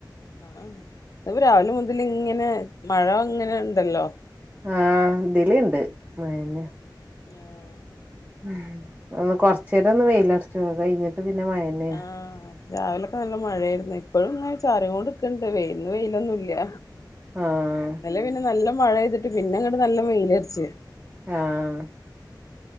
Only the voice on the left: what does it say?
ആഹ് ഇപ്പ രാവിലെ മുതല് ഇങ്ങനെ മഴ ഇങ്ങനെ ഇണ്ടല്ലോ
ആഹ്
ആഹ് രാവിലൊക്കെ നല്ല മഴയാര്ന്നു. ഇപ്പോഴും ങ്ങ ചാറി കൊണ്ട് ക്കണ്ട്. വേ ഇന്ന് വെയിലൊന്നും ല്യ.
ഇന്നലെ പിന്നെ നല്ല മഴെയ്തിട്ട് പിന്നെ ങ്ങട്ട് നല്ല മെയിലരച്ച്.